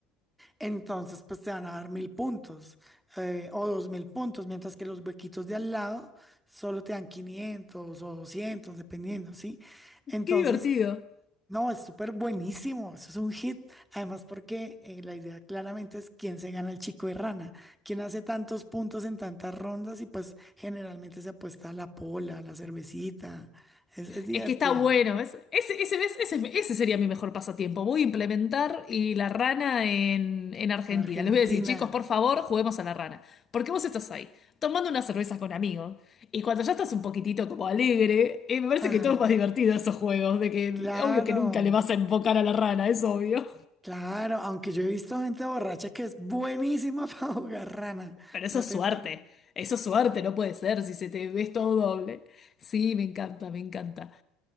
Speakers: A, in the centre; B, on the left (about 35°).
A: entonces pues te van a dar mil puntos eh, o dos mil puntos, mientras que los huequitos de al lado solo te dan 500 o 200 dependiendo, ¿sí? Entonces,
B: qué divertido.
A: no, es súper buenísimo, eso es un hit. Además, porque eh, la idea claramente es quién se gana el chico de rana, quién hace tantos puntos en tantas rondas y pues generalmente se apuesta a la pola, a la cervecita. Es, es divertido.
B: Es que está bueno. es- ese, ese, ves, ese, ese sería mi mejor pasatiempo. Voy a implementar y la rana en, en Argentina.
A: En Argentina.
B: Les voy a decir, chicos, por favor, juguemos a la rana. Porque vos estás ahí, tomando una cerveza con amigos. Y cuando ya estás un poquitito como alegre, eh, me parece
A: Ajá,
B: que todo es más divertido esos juegos. De que,
A: claro,
B: obvio que nunca le vas a enfocar a la rana, es obvio.
A: claro. Aunque yo he visto gente borracha que es buenísima <laughs> para jugar rana,
B: Pero
A: no
B: eso es
A: te
B: suerte.
A: imaginas.
B: Eso es suerte, no puede ser si se te ves todo doble. Sí, me encanta, me encanta.